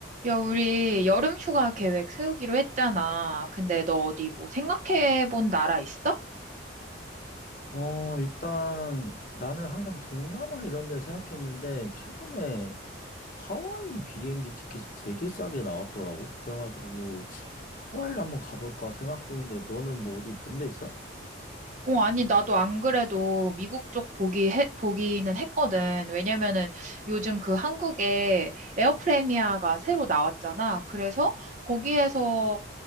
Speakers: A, on the right (about 40°); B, on the left (about 40°).
A: 야, 우리 여름 휴가 계획 세우기로 했잖아. 근데 너 어디 뭐 생각해 본 나라 있어?
B: 어, 일단 나는 항상 동남아 이런 데 생각했는데 최근에 하와이 비행기 티켓이 되게 싸게 나왔더라고. 그래가지고 하와이를 한번 가볼까 생각 중인데 너는 뭐 어디 본데 있어?
A: 어, 아니, 나도 안 그래도 미국 쪽 보기 해, 보기는 했거든. 왜냐면은 요즘 그 한국에 에어프레미아가 새로 나왔잖아. 그래서 거기에서